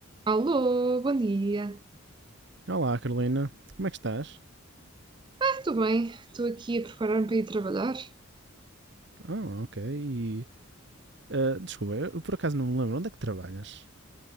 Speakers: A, on the right; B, on the right.
A: Alô, bom dia.
B: Olá, Carolina. Como é que estás?
A: Ah, estou bem, estou aqui a preparar-me para ir trabalhar.
B: Ah, ok. E, ah, desculpa, eu por acaso não me lembro. Onde é que trabalhas?